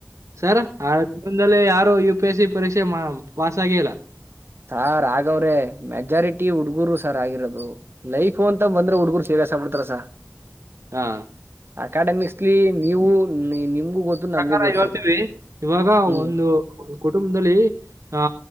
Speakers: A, on the right; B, on the right.
A: ಸರ್ ಆ <unintelligible> ಲ್ಲಿ ಯಾರು ಯು ಪಿ ಎಸ್ ಸಿ ಪರೀಕ್ಷೆ ಮ ಪಾಸ್ ಆಗೇ ಇಲ್ಲ.
B: ಸಾರ್ ಆಗವ್ರೆ ಮೆಜಾರಿಟಿ ಹುಡ್ಗರು ಸಾರ್ ಆಗಿರೋದು ಲೈಫು ಅಂತ ಬಂದ್ರೆ ಹುಡುಗರು ಸಿರಿಯಸ್ ತಾಬಿಡ್ತಾರ ಸ
A: ಹಾ
B: ಅಕಾಡೆಮಿಕ್ಸ್ಲಿ ನೀವು ನಿಮ್ಗೂ ಗೊತ್ತು
A: ಪ್ರಕಾರ
B: ನಮ್ಗೂ ಗೊತ್ತು
A: ಹೇಳ್ತೀವಿ ಇವಾಗ
B: ಹ್ಮ್
A: ಒಂದು ಕುಟುಂಬದಲ್ಲಿ ಆ